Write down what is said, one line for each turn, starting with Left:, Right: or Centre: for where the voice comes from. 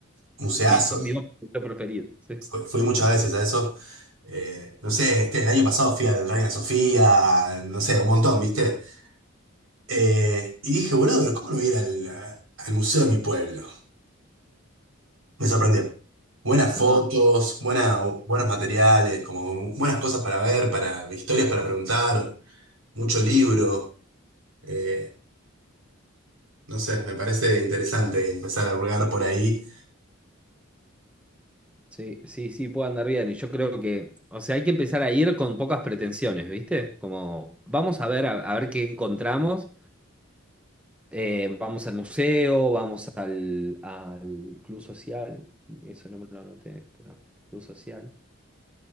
Right: museazos.
Centre: Son mis dos museos preferidos. Sí.
Right: Fu- Fui muchas veces a eso. Eh, no sé, este, el año pasado fui al Reina Sofía, eh, no sé, un montón, ¿viste? Eh, y dije, boludo, ¿cómo no voy a ir al, al museo de mi pueblo? Me sorprendió. Buenas
Centre: No.
Right: fotos, buena- buenos materiales, como buenas cosas para ver, para historias para preguntar, mucho libro. eh, no sé, me parece interesante empezar a hurgar por ahí.
Centre: Sí, sí, sí, puede andar bien. Y yo creo que, o sea, hay que empezar a ir con pocas pretensiones, ¿viste? Como, vamos a ver, a, a ver qué encontramos. Eh, vamos al museo, vamos al, al club social. Eso no me lo anoté, espera, club social.